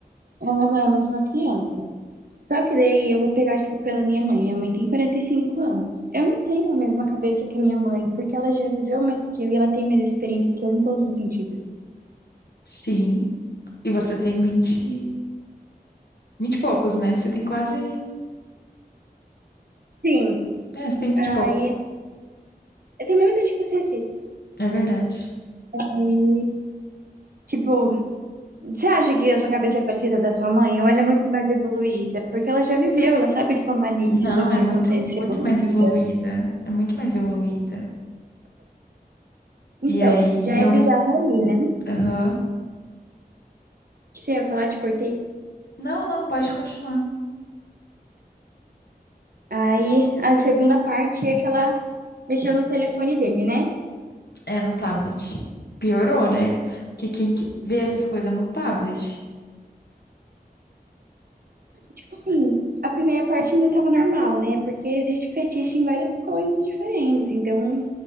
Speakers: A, on the right; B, on the left.
A: ela não é mais uma criança. Só que daí eu vou pegar, tipo, pela minha mãe. Minha mãe tem 45 anos. Eu não tenho a mesma cabeça que a minha mãe, porque ela já viveu mais que eu e ela tem mais experiência que eu em todos os sentidos.
B: Sim. E você tem vinte 20 e poucos, né? Você tem quase.
A: Sim,
B: É, você tem 20
A: aí
B: e poucos.
A: eu tenho a mesma idade que você, Cid.
B: É verdade.
A: Aí, Tipo, você acha que a sua cabeça é parecida da sua mãe? Ou ela é muito mais evoluída? Porque ela já viveu, ela sabe, tipo, a malícia
B: Não,
A: do que
B: é muito,
A: aconteceu
B: muito
A: na
B: mais
A: vida.
B: evoluída. É muito mais evoluída.
A: Então,
B: E aí
A: já é
B: eu.
A: bizarro ali, né?
B: Aham.
A: Que você ia falar, te cortei
B: Não, não, pode continuar.
A: Aí a segunda parte é que ela mexeu no telefone dele, né?
B: É no tablet. Piorou, né? Porque quem que vê essas coisas no tablet?
A: Tipo assim, a primeira parte ainda tava normal, né? Porque existe fetiche em várias coisas diferentes. Então,